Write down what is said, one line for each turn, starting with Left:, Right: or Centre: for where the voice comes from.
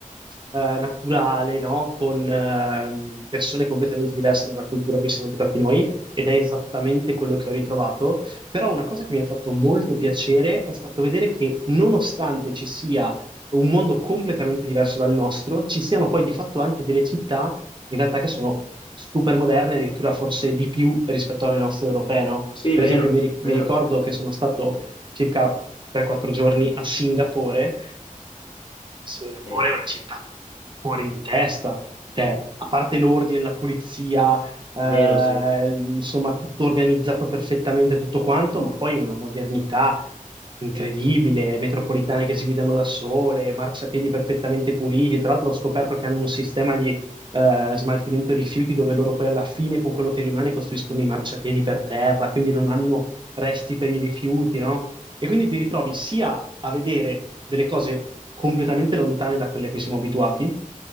Right: eh, naturale, no? Con ehm, persone completamente diverse dalla cultura a cui siamo abituati noi, ed è esattamente quello che ho ritrovato. Però una cosa che mi ha fatto molto piacere è stato vedere che nonostante ci sia un mondo completamente diverso dal nostro, ci siano poi di fatto anche delle città in realtà che sono super moderne, addirittura forse di più rispetto alle nostre europee, no?
Left: Sì,
Right: Per
Left: vero,
Right: esempio, mi, ri- mi
Left: vero.
Right: ricordo che sono stato circa 3-4 giorni a Singapore Singapore
Left: Sì,
Right: è una città fuori di testa, cioè, a parte l'ordine, la pulizia, eh,
Left: vero, sì,
Right: insomma, tutto organizzato perfettamente, tutto quanto, ma poi una modernità incredibile, metropolitane che si guidano da sole, marciapiedi perfettamente puliti. Tra l'altro ho scoperto che hanno un sistema di eh, smaltimento rifiuti dove loro poi alla fine con quello che rimane costruiscono i marciapiedi per terra, quindi non hanno resti per i rifiuti, no? E quindi ti ritrovi sia a vedere delle cose completamente lontane da quelle a cui siamo abituati,